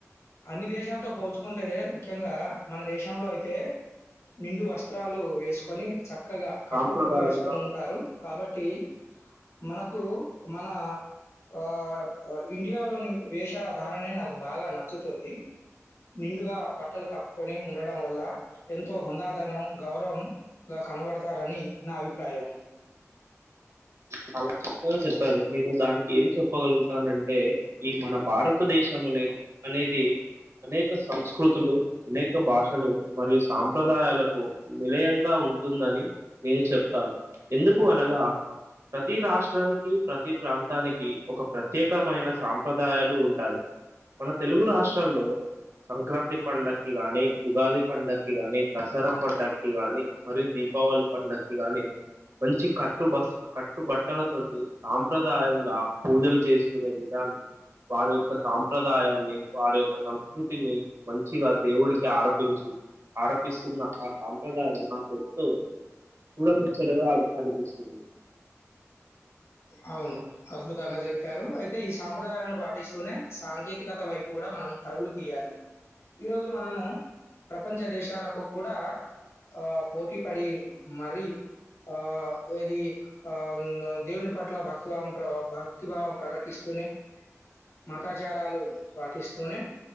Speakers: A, on the left; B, on the right.
A: అన్ని దేశాలతో పోల్చుకుంటే ముఖ్యంగా మన దేశంలో అయితే నిండు వస్త్రాలు వేసుకొని చక్కగా కట్టుబొట్టు
B: సాంప్రదాయంగా
A: వేసుకొని ఉంటారు. కాబట్టి మనకు మన ఆ ఇండియాలోని వేషధార నాకు బాగా నచ్చుతుంది నిండుగా బట్టలు కప్పుకొని ఉండడం వల్ల ఎంతో హుందాదనం, గౌరవం గా కనబడతారని నా అభిప్రాయం.
B: చాలా చక్కగా చెప్పారు. నేను దానికి ఏం చెప్పగలుగుతానంటే ఈ మన భారతదేశం అనే అనేది అనేక సంస్కృతులు, అనేక భాషలు మరియు సాంప్రదాయాలకు నిలయంగా ఉంటుందని నేను చెప్తాను. ఎందుకు అనగా ప్రతి రాష్ట్రానికి, ప్రతి ప్రాంతానికి ఒక ప్రత్యేకమైన సాంప్రదాయాలు ఉంటాయి. మన తెలుగు రాష్ట్రాల్లో సంక్రాంతి పంండగక్కి గాని, ఉగాది పండగక్కి గాని, దసరా పండగక్కి గాని మరియు దీపావళి పండక్కి గాని మంచి కట్ కట్టు బస్ కట్టు బట్టల తోటి సాంప్రదాయంగా పూజలు చేసుకునే విధానం వారి యొక్క సాంప్రదాయాన్ని, వారి యొక్క సంస్కృతిని మంచిగా దేవుడికి ఆరపించీ ఆరపిస్తున్న ఆ సాంప్రదాయం నాకు ఎంతో చూడముచ్చడగా అ పినిపిస్తుంది.
A: అవును అద్భుతంగా చెప్పారు. అయితే ఈ సాంప్రదాయాలను పాటిస్తూనే సాంకేతికత వైపు కూడా మనం పరుగులు తీయాలి. ఈరోజు మనము ప్రపంచ దేశాలకు కూడా ఆ పోటీ పడి మరి ఆ ఏది ఆ దేవుని పట్ల భక్తిభావం, భక్తిభావం ప్రకటిస్తూనే మతాచారాలు పాటిస్తూనే